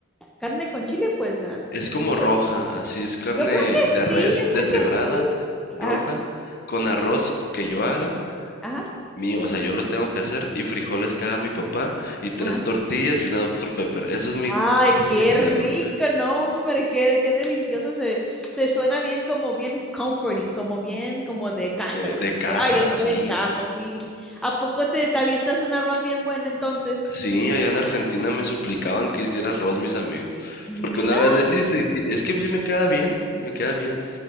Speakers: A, in the centre; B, on the left.
A: carne con chile, pues. ah,
B: Es como
A: y-
B: roja, así es carne
A: yo creo que
B: de res,
A: sí, yo
B: deshebrada,
A: creo que sí.
B: roja,
A: Ajá,
B: con arroz que yo haga,
A: ajá,
B: mío, o sea, yo lo tengo que hacer, y frijoles que haga mi papá, y tres
A: ajá.
B: tortillas y una doctor Pepper. Eso es mi, eso
A: Ay, qué
B: es mi cielo.
A: rico, no, hombre, qué, qué delicioso. Se, se suena bien como bien comforting, como bien como de casa,
B: De,
A: como
B: de casa,
A: que, ay,
B: sí.
A: estoy en casa, sí. ¿A poco te, te avientas un arroz bien bueno entonces?
B: Sí, allá en Argentina me suplicaban que hiciera arroz mis amigos,
A: Mira.
B: porque una vez les hice y sí, es que sí me queda bien, me queda bien.